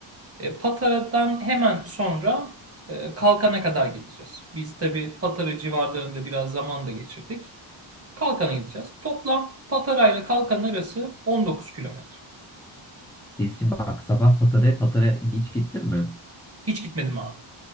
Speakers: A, on the right (about 30°); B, in the centre.
A: E, Patara'dan hemen sonra e, Kalkan'a kadar gideceğiz. Biz tabii Patara civarlarında biraz zaman da geçirdik. Kalkan'a gideceğiz. Toplam Patara ile Kalkan arası 19 kilometre.
B: Biz şimdi bak sabah Patara'ya Patara'ya hiç gittin mi?
A: Hiç gitmedim abi.